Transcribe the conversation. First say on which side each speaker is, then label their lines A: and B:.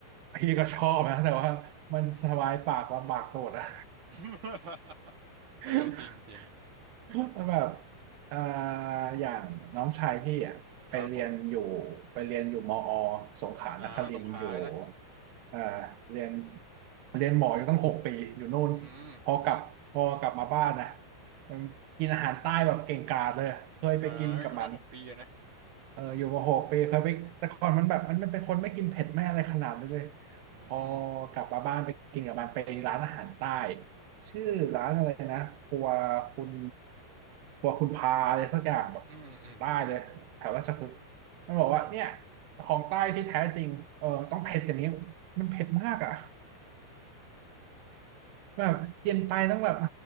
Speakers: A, on the right; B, on the right.
A: พี่ก็ชอบนะแต่ว่ามันสบายปากลำบากตูดอะ
B: <laughs>
A: <laughs>
B: เออจริงจริง
A: แล้วแบบเอ่าอย่างน้องชายพี่อ่ะไปเรียนอยู่
B: ครับผม
A: ไปเรียนอยู่มอสงขลานครินทร์อยู่
B: อ่าสงขลานะ
A: เอ่อเรียนเรียนหมออยู่ตั้งหกปีอยู่นู่น
B: อืม
A: พอกลับพอกลับมาบ้านนะมันกินอาหารใต้แบบเก่งกาจเลยเคยไปกินกับมัน
B: อ่าก็อยู่ตั้งหกปีอะนะ
A: เอออยู่มาหกปีเคยไปแต่ก่อนมันแบบมันมันเป็นคนไม่กินเผ็ดไม่อะไรขนาดนี้เลย
B: อืม
A: พอกลับมาบ้านไปกินกับมันไปร้านอาหารใต้ชื่อร้านอะไรนะครัวคุณครัวคุณพาอะไรสักอย่างแบบ
B: อืมอืม
A: ใต้เลยแถวราชพฤกษ์มันบอกว่าเนี่ย
B: อืม
A: ของใต้ที่แท้จริงเออต้องเผ็ดอย่างนี้มันเผ็ดมากอ่ะ แบบกินไปต้องแบบ